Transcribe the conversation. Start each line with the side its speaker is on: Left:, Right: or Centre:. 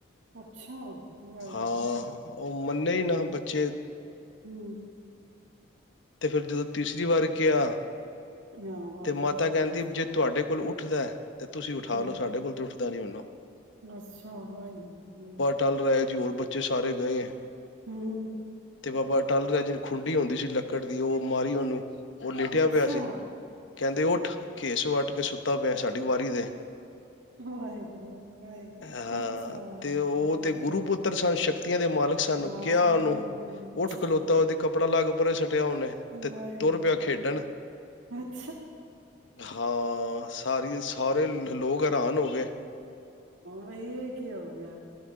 Right: ਅੱਛਾ, ਵਾਹਿਗੁਰੂ
Left: ਹਾਂ, ਉਹ ਮੰਨੇ ਹੀ ਨਾ ਬੱਚੇ
Right: ਹੂ
Left: ਤੇ ਫਿਰ ਜਦੋਂ ਤੀਸਰੀ ਵਾਰ ਕਿਹਾ
Right: ਹਾਂ ਬਾਬਾ
Left: ਤੇ ਮਾਤਾ
Right: ਟਾਲਰਾ
Left: ਕਹਿੰਦੀ
Right: ਜੀ
Left: ਜੇ
Right: ਨਾਲ
Left: ਤੁਹਾਡੇ ਕੋਲ ਉੱਠਦਾ ਐ ਤੇ ਤੁਸੀਂ ਉਠਾ
Right: ਹੂੰ,
Left: ਲੋ, ਸਾਡੇ ਕੋਲ ਤੇ ਉੱਠ। <unintelligible>
Right: ਅੱਛਾ ਵਾਹਿਗੁਰੂ।
Left: ਟਲ ਰਾਏ ਜੀ ਹੋਰ ਬੱਚ ਚੇ ਸਾਰੇ ਗਏ ਐ।
Right: ਹੂੰ,
Left: ਤੇ ਬਾਬਾ ਅਟਲ ਰਿਹਾ ਜਿਹੂੰ ਖੁੰਡੀ ਹੁੰਦੀ ਸੀ ਲੱਕੜ ਦੀ ਉਹ ਮਾਰੀ ਉਹਨੂੰ ਉਹ ਲੇਟਿਆ
Right: ਅੱਛਾ,
Left: ਪਿਆ ਸੀ। ਕਹਿੰਦੇ ਉੱਠ ਖੇਸ ਵੱਟ ਕੇ ਸੁੱਤਾ ਪਿਆ, ਸਾਡੀ ਵਾਰੀ ਦੇ।
Right: ਵਾਹਿਗੁਰੂ, ਵਾਹਿਗੁਰੂ
Left: ਹਾਂ
Right: ਅੱਛਾ,
Left: ਤੇ ਉਹ
Right: ਕਮਾਲ
Left: ਤੇ ਗੁਰੂ
Right: ਹੋ ਗਈ
Left: ਪੁੱਤਰ ਸਨ, ਸ਼ਕਤੀਆਂ ਦੇ ਮਾਲਕ ਸਨ,
Right: ਹਾਂ,
Left: ਕਿਆ ਉਹਨੂੰ ਉਠ ਖਲੋਤਾ ਉਹਦੇ ਕੱਪੜਾ ਲਾ ਕੇ ਪਰਾ ਸੁਟਿਆ ਉਹਨੇ ਤੇ
Right: ਵਾਹਿਗੁਰੂ
Left: ਤੁਰ ਪਿਆ ਖੇਡਣ।
Right: ਹਾਂ
Left: ਹਾਂ ਸਾਰੀ ਸਾਰੇ ਲੋਕ ਹੈਰਾਨ ਹੋ ਗਏ
Right: ਬਈ ਇਹ ਕੀ ਹੋ ਗਿਆ।